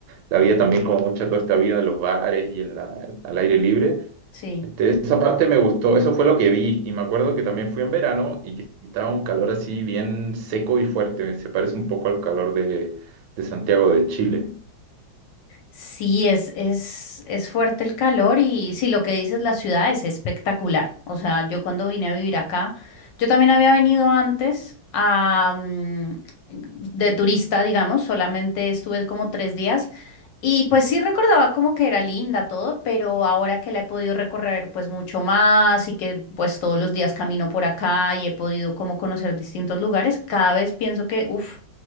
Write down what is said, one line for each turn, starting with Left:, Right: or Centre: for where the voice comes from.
Right: la vida también como mucha toda esta vida en los bares y en la- al aire libre.
Left: sí.
Right: Este, esa parte me gustó, eso fue lo que vi y me acuerdo que también fui en verano y que estaba un calor así bien seco y fuerte, se parece un poco al calor de, de Santiago de Chile.
Left: Sí, es, es, es fuerte el calor y sí, lo que dices, la ciudad es espectacular. O sea, yo cuando vine a vivir acá, yo también había venido antes a, mm, de turista, digamos, solamente estuve como tres días y pues sí recordaba como que era linda todo, pero ahora que la he podido recorrer pues mucho más y que pues todos los días camino por acá y he podido como conocer distintos lugares, cada vez pienso que, uff